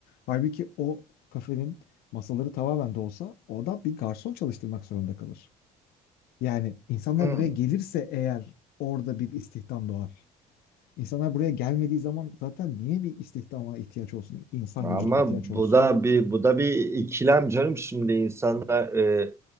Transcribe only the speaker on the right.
Hmm.
Ama
bu da bir bu da bir ikilem canım şimdi insanlar e,